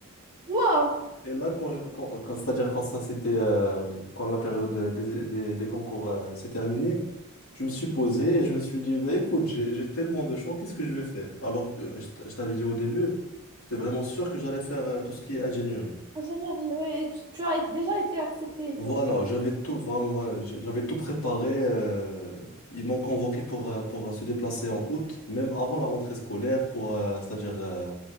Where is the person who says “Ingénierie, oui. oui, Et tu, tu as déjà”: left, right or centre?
Right